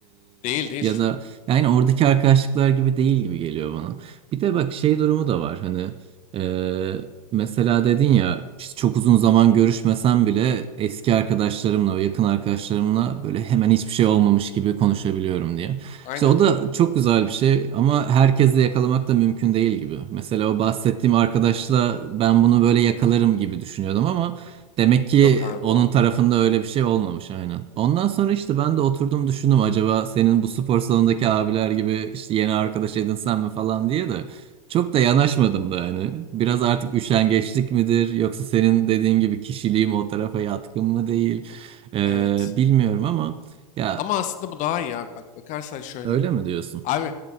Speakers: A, on the left (about 40°); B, on the right (about 30°).
A: Değil değil.
B: e, ya da yani oradaki arkadaşlıklar gibi değil gibi geliyor bana. Bir de bak şey durumu da var hani e, mesela dedin ya işte çok uzun zaman görüşmesem bile eski arkadaşlarımla ve yakın arkadaşlarımla böyle hemen hiçbir şey olmamış gibi konuşabiliyorum diye.
A: Aynen.
B: İşte o da çok güzel bir şey ama herkesle yakalamak da mümkün değil gibi. Mesela o bahsettiğim arkadaşla ben bunu böyle yakalarım gibi düşünüyordum ama demek ki
A: Yok abi
B: onun
A: olmuyor.
B: tarafında öyle bir şey olmamış aynen. Ondan sonra işte ben de oturdum düşündüm acaba senin bu spor salonundaki abiler gibi işte yeni arkadaş edinsem mi falan diye de çok da yanaşmadım da yani. Biraz artık üşengeçlik midir yoksa senin dediğin gibi kişiliğim o tarafa yatkın mı değil Ee,
A: Evet.
B: bilmiyorum ama ya
A: Ama aslında bu daha iyi abi. Bak bakarsan şöyle.
B: öyle mi diyorsun?
A: Abi